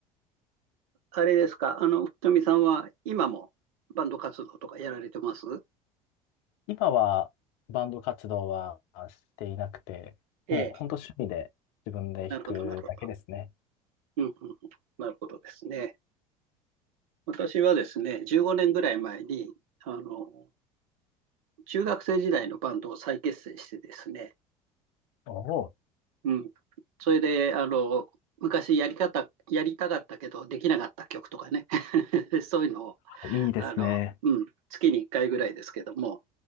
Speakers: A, on the right; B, on the left.
A: あれですか、あの、福富さんは今もバンド活動とかやられてます
B: 今はバンド活動はしていなくて、
A: ええ、
B: もう本当趣味で自分で弾くだけですね。
A: なるほど、なるほど。うんうん、なるほどですね。私はですね、15年ぐらい前に、あの、中学生時代のバンドを再結成してですね、
B: おお、
A: うん。それで、あの、昔やり方、やりたかったけどできなかった曲とかね、<laughs> そういうのを、
B: いいですね。
A: あの、うん、月に1回ぐらいですけども、